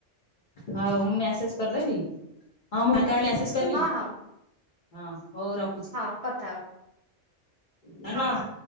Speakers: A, on the left; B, on the right.
A: ହଉ ମୁଁ ମେସେଜ କରିଦେବି। ହଁ ମୁଁ ଫାଙ୍କା ମେସେଜ କରିବି।
B: ହଁ ହଁ
A: ହଁ ହଉ ର
B: ହଁ କଥା ହବା।
A: ଧନ।
B: ହଁ ହଁ।